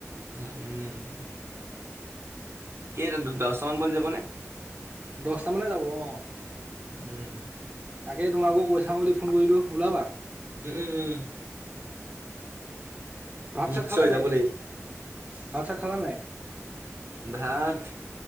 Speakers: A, on the right; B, on the right.
A: উম, উম। কেই তুমতাং দহটামান ব যাব নে?
B: দচটা মানে যাব, অ,
A: উম,
B: তাকে তোমাকো কৈ চাম বুলি ফোন কৰিলো ওলাবা।
A: উম, উম, উম।
B: ভাত
A: নিশ্চয়
B: চাত খালা নাই,
A: যাব
B: এতিয়া
A: লাগিব।
B: ভাত চাত খালা নাই?
A: ভাত